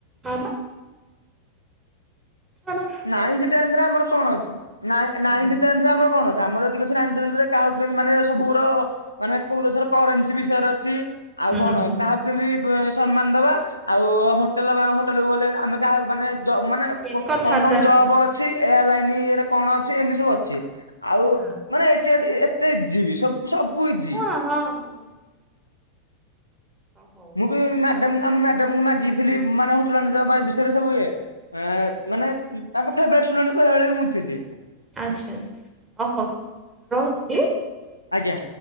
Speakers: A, on the right; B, on the left.
A: ହଁ, ବା। ଆଡୁ।
B: ନାଇଁଥି ଟେନଥ୍ ରେ ଆମର କଣ ଅଛି, ନା ନାଇଁଥି
A: ହୁଁ
B: ଟେନଥ୍ ଆମର କଣ ଅଛି? ଆମର ଏତିିକି ଅଛି ନାଇଁ ଥ୍ ଟେନଥ୍ ରେ କାହାକୁ କେମତି ମାନେ ସବୁର ମାନେ, କୋଉ ଦେଶର କରେନ୍ସି ବିଷୟରେ ଅଛି। ଆଉ କଣ
A: ହୁଁ
B: କାହାକୁ କିଁତି ବି ସମ୍ମାନ ଦବା, ଆଉ ହୋଟେଲ ବା ହୋଟେଲକୁ ଗଲେ, ଆମେ କାହାକୁ ମାନେ ଜବ୍ ମାନେ
A: କେମିତି
B: କୋ
A: କଥାବାର୍ତ୍ତା
B: କଣ କଣ ଜବ୍ ଅଛି? ଏୟାର ଲାଇନ ଇଏରେ କଣ ଅଛି? ଏମିତି ସବୁ ଅଛି। ଆଉ
A: ହୁଁ
B: ମାନେ ଏଠି ଏ-ଏତେ ଇଜି ସବୁ ସବୁ ଇଜ୍
A: ହଁ, ହଁ, ହଁ। ହଉ
B: ମୁଁ ବି ମ୍ୟାଡମ୍ କୁ ଆମ ମ୍ୟାଡମ୍ କୁ ମାଗିଥିଲି ମାନେ ହୋଟେଲ ମ୍ୟାନଜେ ପାଇଁ ବିଷୟରେ ସବୁ ଇଏ। ଏଁ ମାନେ ତାଙ୍କ ଫେବେରେଟ୍ ଷ୍ଟୁଡେଣ୍ଟ କହିବାକୁ ଗଲେ, ମୁଁ ଥିଲି।
A: ଆଚ୍ଛା ଆଚ୍ଛା, ଓ ହଉ ଠିକ୍ ଅଛି। ରହୁଛି।
B: ଆଜ୍ଞା।